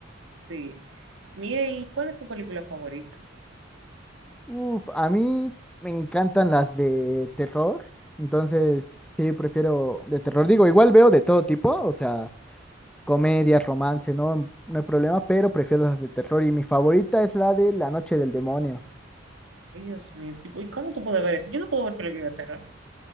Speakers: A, on the right; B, in the centre.
A: Sí. Mire, ¿y cuál es tu película favorita?
B: Uf, a mí me encantan las de terror, entonces sí, prefiero de terror. Digo, igual veo de todo tipo, o sea... comedias, romance, no, no hay problema, pero prefiero las de terror y mi favorita es la de La Noche del Demonio.
A: Ay, Dios mío, ¿y y cómo tú puedes ver eso? Yo no puedo ver películas de terror.